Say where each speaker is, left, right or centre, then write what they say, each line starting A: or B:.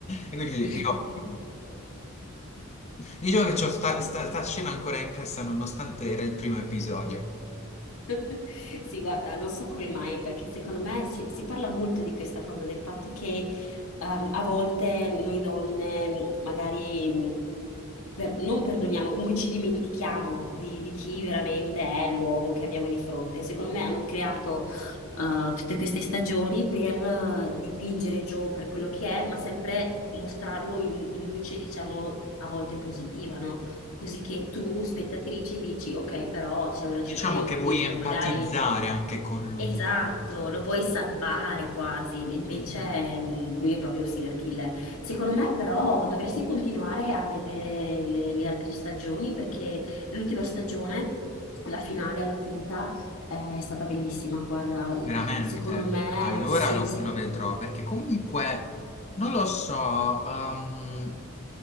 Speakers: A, on the left; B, on the left.
A: E quindi
B: <laughs>
A: io... Diciamo che c'ho sta,
B: Sì.
A: sta- sta scena ancora impressa nonostante era il primo episodio.
B: <laughs> Sì, guarda, non so come mai, perché secondo me si, si parla molto di questa cosa, del fatto che ehm, a volte noi donne mh, magari mh, per- non perdoniamo, comunque ci dimentichiamo di, di chi veramente è l'uomo che abbiamo di fronte. Secondo me hanno creato eh, tutte queste stagioni per eh, dipingere Joe per quello che è, ma sempre mostrarlo in, in luce, diciamo, a volte positiva, no? Così che tu, spettatrice, dici, ok, però c'è un ragionamento
A: Diciamo che vuoi
B: dietro,
A: empatizzare
B: magari
A: anche con lui.
B: esatto, lo vuoi salvare quasi, invece
A: Mhm.
B: mm, lui è proprio un serial killer. Secondo me, però, dovresti continuare a vedere le, le altre stagioni perché l'ultima stagione, la finale, la quinta, è stata bellissima. Guarda, eh,
A: Veramente,
B: secondo me,
A: allora
B: sì,
A: lo,
B: se-
A: lo vedrò perché comunque non lo so, ehm,